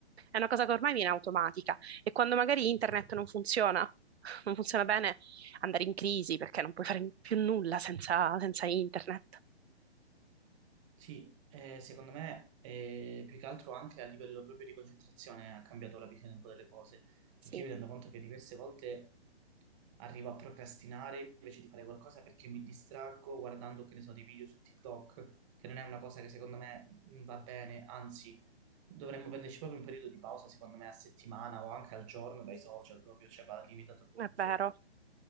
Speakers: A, on the right; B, on the right.
A: è una cosa che ormai viene automatica. E quando magari internet non funziona, <laughs> non funziona bene, andare in crisi perché non puoi fare più nulla senza, senza internet.
B: Sì, eh, secondo me eh, più che altro anche a livello proprio di concentrazione ha cambiato la visione un po' delle cose,
A: Sì,
B: perché io mi rendo conto che diverse volte arrivo a procrastinare invece di fare qualcosa perché mi distraggo guardando, che ne so, dei video su TikTok, che non è una cosa che secondo me mm, va bene, anzi dovremmo prenderci proprio un periodo di pausa, secondo me a settimana o anche al giorno dai social proprio, cioè va limitato
A: è
B: l'uso,
A: vero,